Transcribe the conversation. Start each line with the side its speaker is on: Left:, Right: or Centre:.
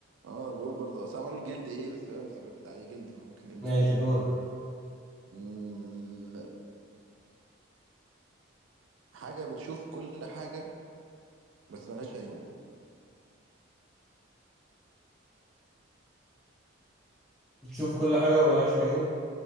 Right: اه انا بقول برضه اصل عملوا الجلد ايه بس فاهم افتكرت عادي جلد ممكن ايه المشكلة
Centre: ماشي دورك
Right: مم. حاجة بتشوف كل حاجة بس ملهاش عيون
Centre: بتشوف كل حاجة وبلاش عيون